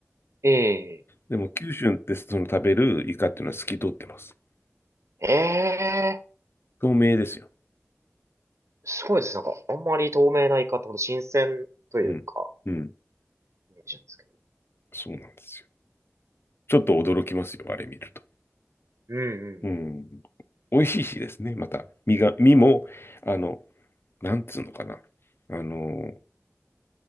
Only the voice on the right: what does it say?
え。え
え。ええ。
すごいです。なんか、あんまり透明なイカってほど新鮮というか、
イメージなんですけど。
うんうんうんうん。